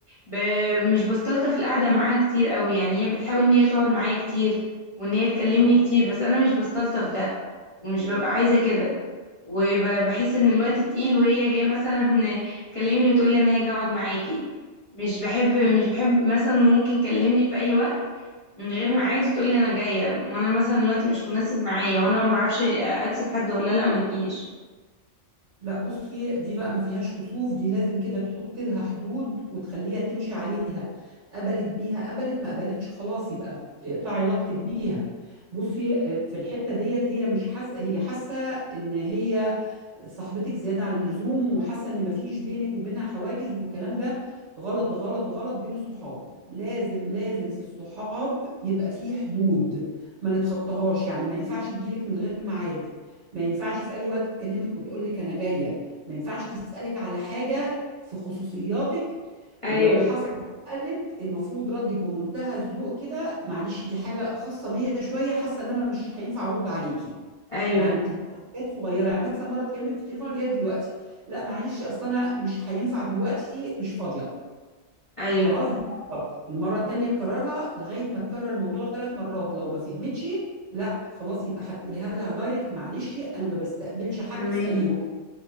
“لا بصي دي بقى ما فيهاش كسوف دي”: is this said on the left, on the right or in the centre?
Right